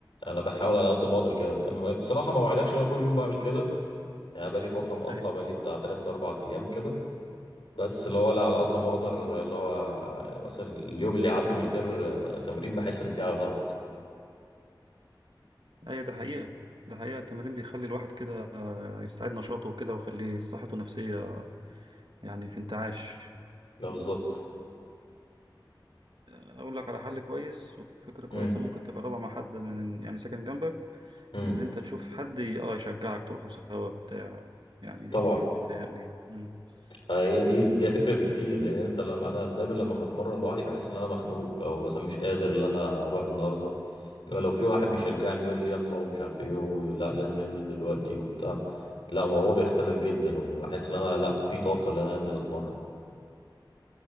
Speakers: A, on the left; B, on the right.
A: انا بحاول على قد ما اقدر كده أما بصراحه ما اوعدكش ان انا كل يوم بعمل كده يعني أنا بقالي فترة مقطع
B: ايوه
A: بقالي بتاع تلات أربع أيام كده بس اللي هو لا على قد ما أقدر اللي هو مثلا اليوم اللي يعدي من غير آه، تمرين بحس إن في حاجة غلط
B: ايوه ده حقيقه ده حقيقه التمرين بيخلي الواحد كده آه، يستعيد نشاطه وكده ويخليه صحته النفسيه يعني في انتعاش
A: ده بالظبط
B: اقول لك على حل كويس وفكره كويسه
A: امم
B: ممكن تجربها مع حد من يعني ساكن جنبك
A: امم
B: ان انت تشوف حد ي- اه يشجعك تروحوا سوا بتاع يعني دي
A: طبعا
B: متهيألي مم.
A: آه، هي دي
B: ده, ده
A: دي هتفرق بكتير لأن أنت لما أنا دايما لما بتمرن لوحدي بحس إن أنا مخنوق أو مثلا مش قادر إن أنا أروح النهاردة إنما لو في واحد بيشجعني يقول لي يلا ومش عارف إيه ولا لازم ننزل دلوقتي وبتاع لا الموضوع بيختلف جدا وبحس إن أنا لا في طاقة إن أنا أنزل أتمرن